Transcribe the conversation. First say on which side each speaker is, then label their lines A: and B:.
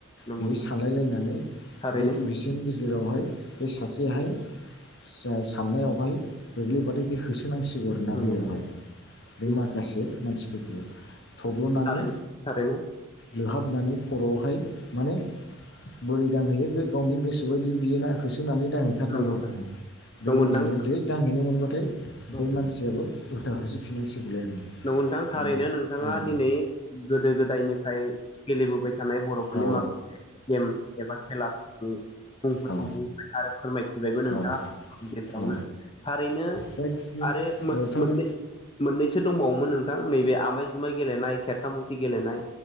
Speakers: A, on the left; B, on the left.
A: नंगौ
B: बेयो
A: नोंथां
B: सानलायलायनानै
A: थारैनो
B: बे बिसिम गिदिर। जेरावहाय बे सासेहाय सा-साननायावहाय गोग्लैबथाय बि। होसोनांसिगौ आरोना
A: नंगौ
B: दैयावहाय
A: नोंथां
B: बे माखासे
A: औ
B: मानसिफोरखौ। थब्ल'नानै।
A: थारैनो थारैनो
B: लुहाबनानै खर'आवहाय माने बोरै दांहैयो गावनि गोसो गोबायदि बियो होसोनानै दांहैथारनांगौ
A: नंगौ नोंथां
B: आर ना बेबायदिनो
A: नंगौ नोंथां
B: दांहैनो मोनबाथाय बे
A: औ
B: मानसियाबो उल्था होजोबफिननांसिगलाय आरोोना
A: नंगौ नोंथां थारैनो नोंथाङा
B: अ
A: दिनै गोदो गोदायनिफ्राय गेलेबोबाय थानाय बर'फोरनि
B: औ
A: माख गम एबा खेला मुंफोरखौ
B: औ
A: बुंफि आरो फोरमायफिनबायबो नोंथाङा
B: औ
A: खस्नि गेजेरावनो
B: औ
A: थारैनो
B: दा गिबि
A: आरो
B: औ थारै
A: मोननै मोननैसो दंबावोमोन नोंथां नैबे आमाय जुमाय गेलेनाय खेरख मुथि गेलेनाय